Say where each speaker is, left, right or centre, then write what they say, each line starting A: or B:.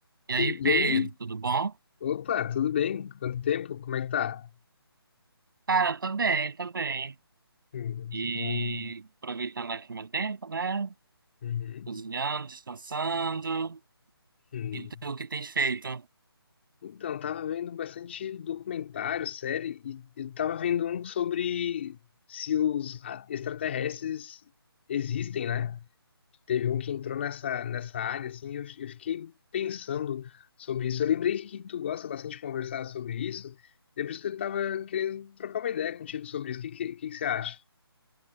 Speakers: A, on the right; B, on the left.
A: E aí,
B: E,
A: Pedro,
B: e aí?
A: tudo bom?
B: Opa, tudo bem? Quanto tempo? Como é que tá?
A: Cara, tô bem, tô bem.
B: Hum,
A: E
B: que bom.
A: aproveitando aqui meu tempo, né?
B: Uhum.
A: Cozinhando, descansando.
B: Hum.
A: E tu, o que tens feito?
B: Então, tava vendo bastante documentário, série, e eu tava vendo um sobre se os a- extraterrestres existem, né? Teve um que entrou nessa, nessa área, assim, e eu, eu fiquei pensando sobre isso. Eu lembrei que tu gosta bastante de conversar sobre isso, e é por isso que eu tava querendo trocar uma ideia contigo sobre isso. O que, que, que que você acha?